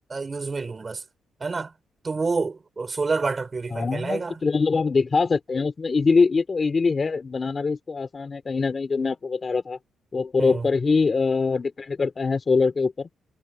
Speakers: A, on the right (about 25°); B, on the left (about 25°).
A: यूज में लूँ बस है ना तो वो सोलर वाटर प्यूरिफायर
B: हाँ
A: कहलाएगा
B: तो चलो मतलब आप दिखा सकते हैं उसमें इजीली ये तो इजीली है बनाना भी इसको आसान है कहीं ना कहीं जो मैं आपको बता रहा था वो प्रॉपर
A: हम्म
B: ही डिपेंड करता है सोलर के ऊपर